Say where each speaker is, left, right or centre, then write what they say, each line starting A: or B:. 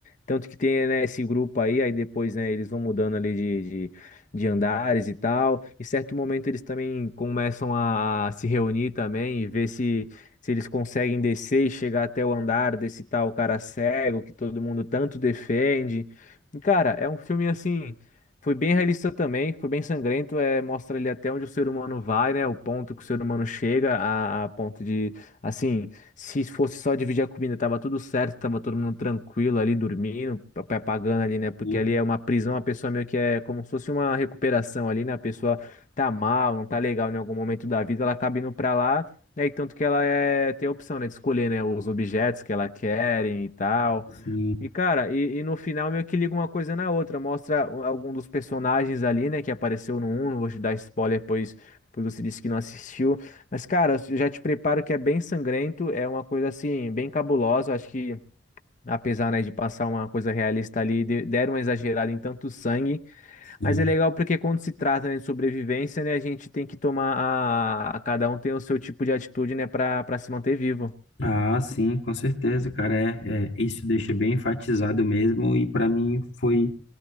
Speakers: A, on the left (about 40°); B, on the left (about 65°).
A: Tanto que tem, né, esse grupo aí, aí depois, né, eles vão mudando ali de, de, de andares e tal. Em certo momento eles também começam a se reunir também e ver se, se eles conseguem descer e chegar até o andar desse tal cara cego que todo mundo tanto defende. E, cara, é um filme assim, foi bem realista também, foi bem sangrento, é, mostra ali até onde o ser humano vai, né, o ponto que o ser humano chega a, a ponto de, assim se fosse só dividir a comida, tava tudo certo, tava todo mundo tranquilo ali, dormindo, papai pagando ali, né? Porque
B: sim,
A: ali é uma prisão, a pessoa meio que é como se fosse uma recuperação ali, né? A pessoa tá mal, não tá legal em algum momento da vida, ela acaba indo pra lá, né? E tanto que ela é, tem a opção, né, de escolher, né, os objetos que ela querem e tal.
B: sim,
A: E, cara, e, e no final meio que liga uma coisa na outra. Mostra um, algum dos personagens ali, né, que apareceu no um Não vou te dar spoiler, pois, pois você disse que não assistiu. Mas, cara, eu já te preparo que é bem sangrento. É uma coisa, assim, bem cabulosa. Eu Acho que, apesar, né, de passar uma coisa realista ali, de- deram uma exagerada em tanto sangue.
B: sim.
A: Mas é legal porque quando se trata, né, de sobrevivência, né, a gente tem que tomar a... a- Cada um tem o seu tipo de atitude, né, pra, pra se manter vivo.
B: Ah, sim, com certeza, cara. É, é, isso deixa bem enfatizado mesmo, e para mim foi,